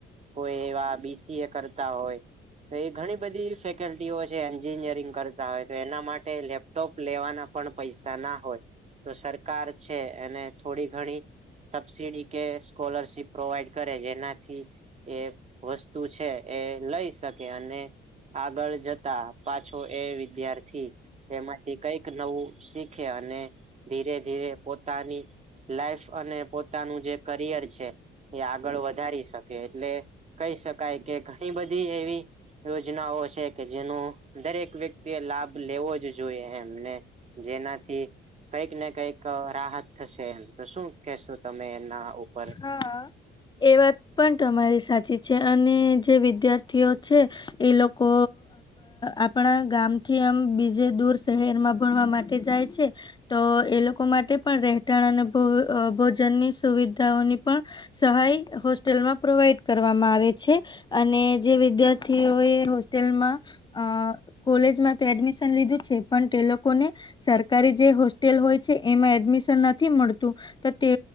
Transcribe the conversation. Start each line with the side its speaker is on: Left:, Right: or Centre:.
Right: કોઈ એવા બીસીએ કરતા હોય. તો એ ઘણી બધી ફેકલ્ટીઓ છે એન્જિનયરિંગ કરે હોય તો એના માટે લેપટોપ લેવાના પણ પૈસા ના હોય. તો સરકાર છે એને થોડી ઘણી. સબસીડી કે સ્કોલરશિપ પ્રોવાઈડ કરે જેનાથી એ વસ્તુ છે એ લઈ શકે અને આગળ જતા પાછો એ વિદ્યાર્થી, એમાંથી કઈક નવું શીખે અને ધીરે ધીરે પોતાની લાઈફ અને પોતાનું જે કરિયર છે, એ આગળ વધારી શકે એટલે કહી શકાય કે ઘણી બધી એવી, યોજનાઓ છે કે જેનું દરેક વ્યક્તિ લાભ લેવો જ જોઈએ એમને જેનાથી કંઈક ને કઈક રાહત થશે એમ તો શું કેશો તમે એના ઉપર
Left: હા. એ વાત પણ તમારી સાચી છે અને જે વિદ્યાર્થીઓ છે. એ લોકો આપણા ગામથી એમ બીજે દૂર શહેરમાં ભણવા માટે જાય છે, તો એ લોકો માટે પણ રહેતાણ અને- જનની સુવિધાઓની પણ, સહાય હોસ્ટેલમાં પ્રોવાઈડ કરવામાં આવે છે. અને જે વિદ્યાર્થીઓ એ હોસ્ટેલમાં અ કોલેજમાં તો એડમિશન લીધું છે પણ તે લોકોને. સરકારી જે હોસ્ટેલ હોય છે એમાં એડમિશન નથી મળતું. તે